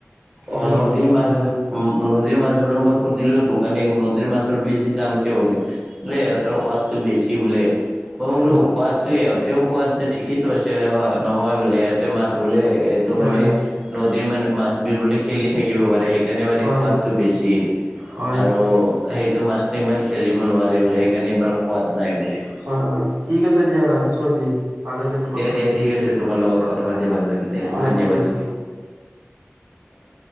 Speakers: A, on the right; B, in the centre.
A: এইবিলাকৰ
B: অ নদীৰ
A: দাম
B: মাছ,
A: বেছি
B: নদীৰ মাছবোৰে মই সুধিলো দোকানী নদীৰ মাছ ৰ বেছি দাম কিয় বোলে, ইহঁতৰ সোৱাদতটো বেছি বোলে। মই বোলো
A: হয়
B: সোৱাদ ইহতে তে খোৱাত ঠিকেইটো আছে, নহয় বোলে ইহঁতে মাছ বোলে এইটো
A: হয়
B: মানে নদীৰ মানে মাছ খেলি থাকিব পাৰে সেইকাৰণে মানে
A: হয়
B: সোৱাদটো বেছি।
A: হয়
B: আৰু
A: হয়
B: সেইটো মাছতটো ইমান খেলিব নোৱাৰে বোলে। সেইকাৰণে ইমান সোৱাদ নাই বোলে
A: হয় ঠিক আছে দিয়া ৰাখিছো আজি। ভালে লাগিল
B: দিয়া
A: কথা
B: দিয়া
A: পাতি
B: ঠিক আছে তোমাৰ লগত কথা পাতি ভাল লাগিল দিয়া।
A: অ
B: ধন্যবাদ।
A: ঠিক আছে দিয়া
B: <unintelligible>